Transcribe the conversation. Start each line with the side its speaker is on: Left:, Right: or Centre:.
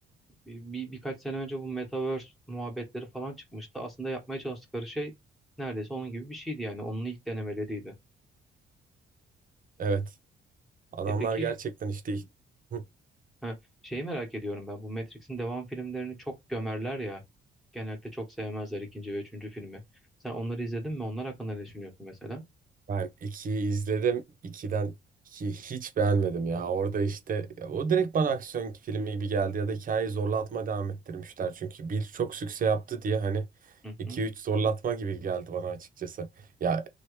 Centre: Bir, birkaç sene önce bu Metaverse muhabbetleri falan çıkmıştı. Aslında yapmaya çalıştıkları şey neredeyse onun gibi bir şeydi yani. Onun ilk denemeleriydi.
Right: Evet. Adamlar
Centre: E peki
Right: gerçekten işte Hı.
Centre: Ha, şeyi merak ediyorum ben. Bu Matrix'in devam filmlerini çok gömerler ya. Genellikle çok sevmezler ikinci ve üçüncü filmi. Sen onları izledin mi? Onlar hakkında ne düşünüyorsun mesela?
Right: Ben 2'yi izledim. ikiden 2'yi hiç beğenmedim ya. Orada işte ya o direkt bana aksiyon filmi gibi geldi ya da hikayeyi zorlatma devam ettirmişler. Çünkü bir çok sükse yaptı diye hani
Centre: Hı
Right: iki
Centre: hı.
Right: üç zorlatma gibi geldi bana açıkçası. Ya